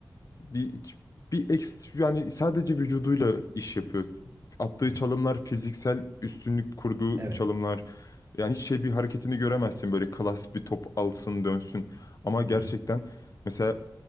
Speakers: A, on the left; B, on the right.
A: bir bir ekstra yani sadece vücuduyla iş yapıyor. Attığı
B: Hı hı,
A: çalımlar fiziksel üstünlük kurduğu
B: evet.
A: çalımlar. Yani hiç şey bir hareketini göremezsin böyle klas bir top alsın dönsün. Ama gerçekten
B: Hı hı,
A: mesela